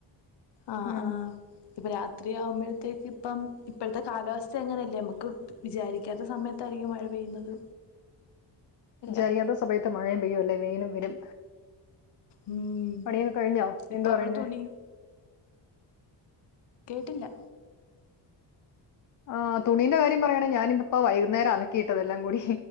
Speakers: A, on the left; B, on the left.
A: ആഹ്
B: ഉം
A: ആഹ് ഇപ്പ രാത്രിയാവുമ്പോഴത്തേക്ക് ഇപ്പം ഇപ്പോഴത്തെ കാലാവസ്ഥ എങ്ങനെയല്ലേ നമുക്ക് വിചാരിക്കാത്ത സമയത്തായിരിക്കും മഴ പെയ്യുന്നത്
B: വിചാരിയാത്ത
A: എല്ലാം
B: സമയത്ത് മഴയും പെയ്യും അല്ലെ വെയിലും വരും
A: ഉം
B: പണിയൊക്കെ കഴിഞ്ഞോ? എന്താ
A: ഇപ്പ നമ്മള്
B: പറയുന്നേ
A: തുണി കേട്ടില്ല
B: ആഹ് തുണിന്റെ കാര്യം പറയയാണങ്ക ഞാന ഇപ്പോ വൈകുന്നേരം അലക്കിയിട്ടതെല്ലാം കൂടി